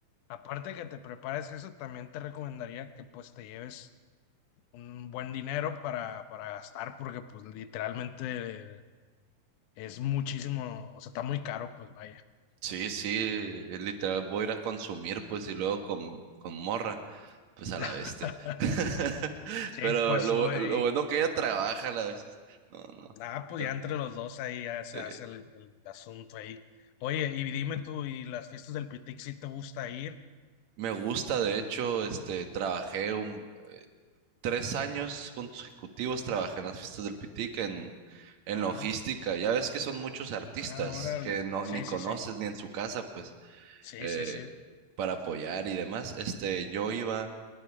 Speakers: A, on the left (about 70°); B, on the right (about 55°).
A: aparte que te prepares eso, también te recomendaría que pues te lleves un buen dinero para, para gastar, porque pues literalmente es muchísimo, o sea, está muy caro, pues vaya.
B: Sí, sí, es literal, voy a ir a consumir, pues, y luego con, con morra, pues a
A: <laughs>
B: la bestia. <laughs>
A: Sí,
B: Pero
A: pues
B: lo,
A: sube
B: bu- lo bueno que ella trabaja a la vez. No, no.
A: Ah, pues
B: Pero,
A: ya entre los dos ahí ya se
B: eh,
A: hace el, el asunto ahí. Oye, y dime tú, ¿y las fiestas del Pitic si te gusta ir?
B: me gusta, de hecho, este, trabajé un, tres años consecutivos trabajé en las fiestas del Pitic en, en
A: Ah,
B: logística. Ya ves que son muchos artistas
A: ah, órale.
B: que no,
A: Sí,
B: ni conoces
A: sí, sí.
B: ni en su casa, pues,
A: Sí,
B: eh,
A: sí, sí.
B: para apoyar y demás. Este, yo iba